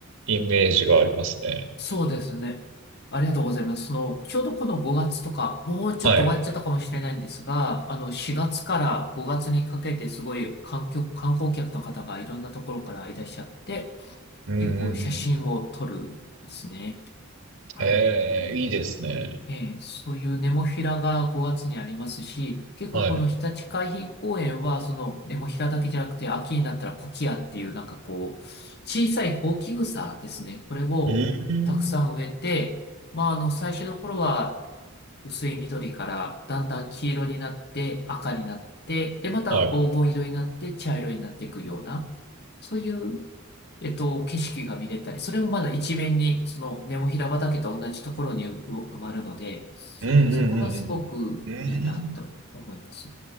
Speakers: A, on the right; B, on the left.
A: イメージがありますね。
B: そうですね。ありがとうございます。その、ちょうどこの5月とか、もうちょっと終わっちゃったかもしれないんですが、
A: はい。
B: あの、4月から5月にかけてすごい観客、観光客の方がいろんなところからいらっしゃって、
A: うんうんうん。
B: 結構写真を撮るんですね。はい。
A: ええ、いいですね。
B: えーそういうネモフィラが5月にありますし、結構この日立海浜公園は、
A: はい。
B: そのネモフィラだけじゃなくて、秋になったらコキアっていう、なんかこう、小さいホウキグサですね。これをたくさん植えて、
A: うん。
B: まあ、あの、最初の頃は薄い緑からだんだん黄色になって赤になって、で、また黄金色になって茶色になっていくような、
A: はい。
B: そういうえっと、景色が見れたり、それもまだ一面に、そのネモフィラ畑と同じところにう埋まるので、
A: うんうんうんうん。
B: そこがすごくいいなと思います。
A: うん。